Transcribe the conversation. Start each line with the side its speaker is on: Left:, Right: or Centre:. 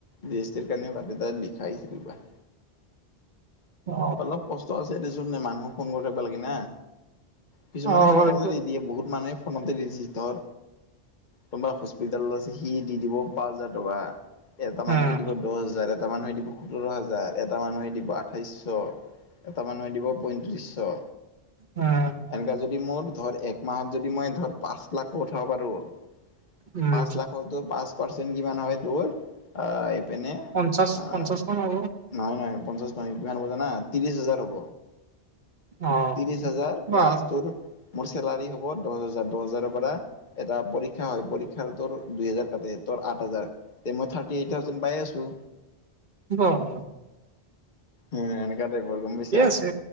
Left: জি এছ টিৰ কাৰণেও কাতে তাত লিখায়ে ছিকিবা।
Right: অ
Left: অলপ কষ্ট আছে দেচোন নে মানুহ- ফন কৰি থাকব লাগে না কিছুমানে
Right: অ অলপ
Left: ফনকে
Right: এইটো
Left: দি দিয়ে বহুত মানুহে- পোনতে দিছি ধৰ তোমাৰ হস্পিতেলজ- সি দি দিব পাঁচ হাজাৰ টকা এটা মানুহে
Right: উম
Left: দিব দহ হাজাৰ এট- এটা মানুহে দিব সোতৰ হাজাৰ এটা মানুহে দিব আঠাইছশ এটা মানুহে দিব পঁয়ত্ৰিছ- ত-
Right: অঁ'
Left: এনেকা যদি মোৰ ধৰ এক মাহত যদি মই ধৰ পাঁচ লাখো উঠাব পাৰো-
Right: উম
Left: পাঁচ লাখৰটো পাঁচ পাৰ্চেন্ট কিমান হয়ত- টোৰ আ এইপিনে
Right: পঞ্চাশ
Left: আঁ-
Right: পঞ্চাশ মান হ'ব
Left: নহয় নহয় পঞ্চাশ নহয় কিমান হব জানা ত্ৰিশ হাজাৰ হ'ব।
Right: অ
Left: ত্ৰিশ হাজাৰ
Right: বাহ
Left: প্লাছ তোৰ মোৰ চেলাৰী হ'ব দহ হাজাৰ দহ হাজাৰৰ পৰা- এটা পৰীক্ষা হয় পৰীক্ষাৰ তোৰ দুই হাজাৰ কাটে তোৰ আঠ হাজাৰ- তে মই থাৰটি এইট থাউজেণ্ড পাই আছোঁ।
Right: ব সৰহ-
Left: উম এনেকা তাইপৰ গম পাইছা
Right: আছে